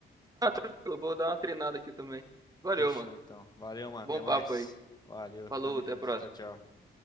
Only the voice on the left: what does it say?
Fechou
então. Valeu, mano.
Até mais.
Valeu,
tamo
junto.
Tchau, tchau.